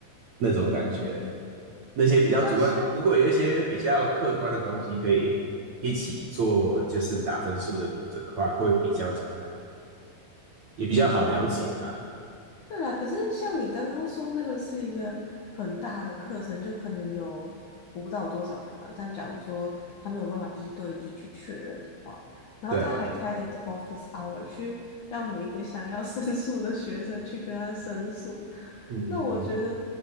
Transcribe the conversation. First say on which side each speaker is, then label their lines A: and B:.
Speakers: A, on the right; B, on the left.
A: 那种感觉。
B: 嗯，
A: 那些比较主观，
B: 那像
A: 如果有一些比较客观的东西可以一起做，就是打分数的评准的话，会比较简单，也比较好了解啦。
B: 哦，对啦，可是像你刚刚说那个是一个很大的课程，就可能有我不知道有多少人啊。但假如说他没有办法一对一去确认的话，然后他还开了一个
A: 对啊，
B: office hour 去让每一个想要申诉的学生去跟他申诉，
A: 嗯嗯嗯，
B: 那我觉得